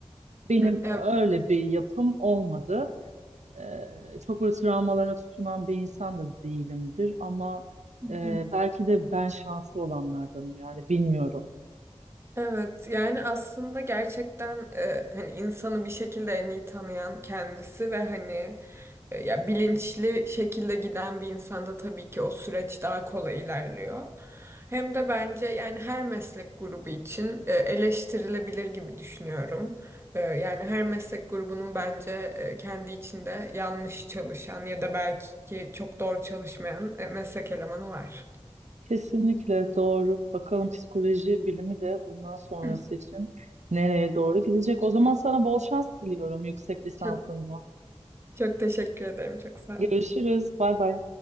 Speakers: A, on the right; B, on the right.
A: Benim
B: evet.
A: öyle bir yapım olmadı. Ee, çok böyle travmalara tutunan bir insan da değilimdir ama
B: <laughs>
A: e, belki de ben şanslı olanlardanım yani bilmiyorum.
B: Evet, yani aslında gerçekten e, hani insanı bir şekilde en iyi tanıyan kendisi ve hani E, Ya bilinçli şekilde giden bir insanda tabii ki o süreç daha kolay ilerliyor. Hem de bence yani her meslek grubu için e, eleştirilebilir gibi düşünüyorum. E, Yani her meslek grubunun bence e, kendi içinde yanlış çalışan ya da belki çok doğru çalışmayan e, meslek elemanı var.
A: Kesinlikle doğru. Bakalım psikoloji bilimi de bundan sonrası
B: <laughs>
A: için nereye doğru gidecek. O zaman sana bol şans diliyorum yüksek lisansında.
B: Çok, çok teşekkür ederim. Çok sağ
A: Görüşürüz.
B: olun.
A: Bay bay.